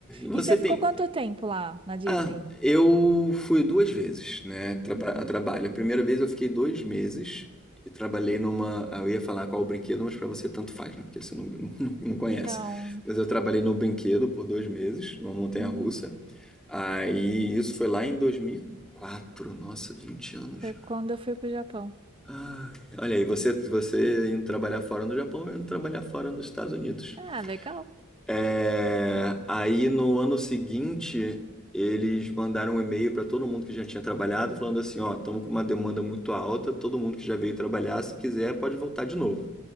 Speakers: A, in the centre; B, on the right.
A: Você
B: E você ficou
A: tem.
B: quanto tempo lá na Disney?
A: Ah, eu fui duas vezes, né, tra-
B: Uhum.
A: a trabalho. A primeira vez eu fiquei dois meses e trabalhei numa. ah, Eu ia falar qual o brinquedo, mas pra você tanto faz, né? Porque você não, <laughs> não conhece.
B: Não.
A: Mas eu trabalhei no brinquedo por dois meses, numa montanha-russa.
B: Uhum.
A: Aí isso foi lá em 2004. Nossa, 20 anos
B: Foi
A: já.
B: quando eu fui pro Japão.
A: Ai, olha aí, você, você indo trabalhar fora no Japão, eu indo trabalhar fora nos Estados Unidos.
B: Ah, legal.
A: É, aí no ano seguinte, eles mandaram um e-mail para todo mundo que já tinha trabalhado, falando assim: ó, estamos com uma demanda muito alta, todo mundo que já veio trabalhar, se quiser, pode voltar de novo.